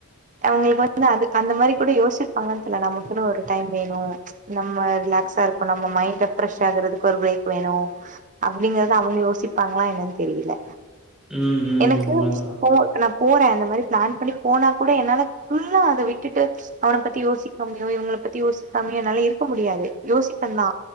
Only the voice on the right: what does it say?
அவுங்குளுக்கு வந்து அது அந்த மாரி எப்படி யோசிச்சு இருப்பாங்களானு தெர்ல நமக்குன்னு ஒரு டைம் வேணு ச்ச நம்ம ரிலாக்ஸா இருக்க நம்ம மைண்ட்ட ஃப்ரெஷ் ஆகுறதுக்கு ஒரு பிரேக் வேணு அப்டிங்கறத அவுங்க யோசிப்பாங்களா என்னனு தெரில
எனக்கு
போ நா போற அந்த மாரி பிளான் பண்ணி போனா கூட என்னால ஃபுல்லா அத விட்டுட்டு அவனை பத்தி யோசிக்காமயோ இவுங்கள பத்தி யோசிக்காமயோ என்னால இருக்க முடியாது யோசிப்பந்தா